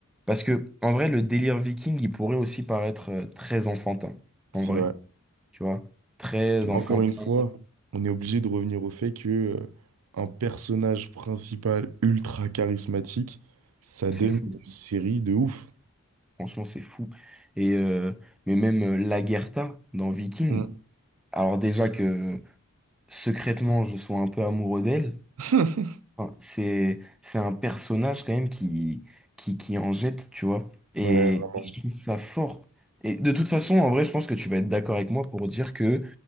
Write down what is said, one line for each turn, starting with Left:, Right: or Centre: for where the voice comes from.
Centre: Parce que en vrai, le délire viking, il pourrait aussi paraître euh, très enfantin. En
Right: c'est
Centre: vrai,
Right: vrai.
Centre: tu vois? Très
Right: Et
Centre: enfantin.
Right: Encore une fois, on est obligé de revenir au fait que, euh, un personnage principal ultra charismatique, ça
Centre: C'est
Right: donne
Centre: fou.
Right: une série de ouf.
Centre: Franchement, c'est fou. Et euh, mais même euh, Lagertha dans Viking,
Right: Mm.
Centre: alors déjà que secrètement, je sois un peu amoureux d'elle.
Right: <laughs>
Centre: Enfin, c'est c'est un personnage quand même qui qui qui en jette, tu vois. Et
Right: Ouais, vraiment.
Centre: je trouve ça fort. Et de toute façon, en vrai, je pense que tu vas être d'accord avec moi pour dire que